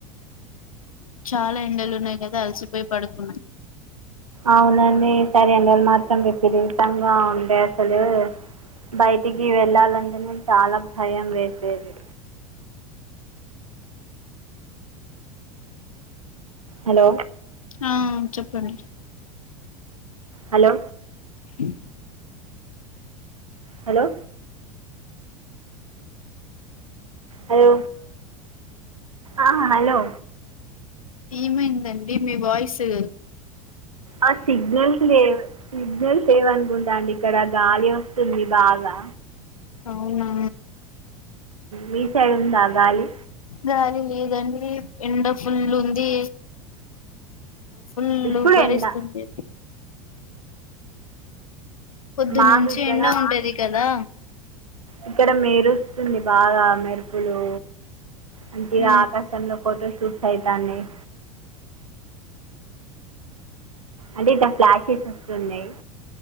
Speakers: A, on the left (about 80°); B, on the right (about 80°).
A: చాలా ఎండలున్నాయి కదా అలసిపోయి పడుకునా
B: అవునండి ఈసారి ఎండలు మాత్రం విపరీతంగా ఉండే అసలు బయటికి వెళ్ళాలంటే నే చాలా భయం వేసేది హలో
A: ఆ చెప్పండి
B: హలో
A: ఇ
B: హలో హలో ఆ హలో
A: ఏమైందండి మీ వాయిసు
B: అ సిగ్నల్ లెవ్ సిగ్నల్స్ లెవనుకుంటా అండి ఇక్కడ గాలి వస్తుంది బాగా
A: అవునా
B: మీ సైడ్ ఉందా గాలి
A: గాలి లేదండి ఎండ ఫుల్లు ఉంది ఫుల్
B: ఇప్పుడు
A: ఉబ్బరిస్తుంది
B: ఎండ
A: పొద్దునుంచి
B: మాకు ఇక్కడ
A: ఎండ ఉంటది కదా
B: ఇక్కడ మేరుస్తుంది బాగా మెరుపులు అంటే
A: ఉహు
B: ఆకాశంలో ఫోటోషూట్స్ అయితాన్నయ్ అంటే ఇట్ల ఫ్లాషెస్ వస్తున్నాయి